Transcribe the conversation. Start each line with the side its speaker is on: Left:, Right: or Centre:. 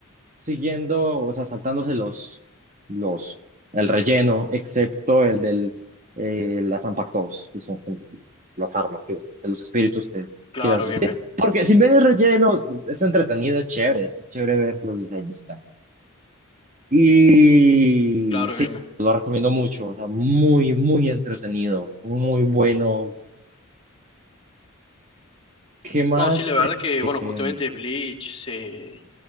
Right: siguiendo, o sea, saltándose los, los, el relleno, excepto el del, eh, las Ampactos, que son las armas que, de los espíritus que,
Left: Claro,
Right: que las reciben.
Left: bien, bien,
Right: Porque sin ver el relleno, es entretenido, es chévere, es chévere ver los diseños. Y
Left: claro,
Right: sí,
Left: bien, bien.
Right: lo recomiendo mucho, o sea, muy, muy entretenido, muy bueno. ¿Qué más?
Left: No, sí, la verdad que, bueno, justamente
Right: Eh,
Left: Bleach se,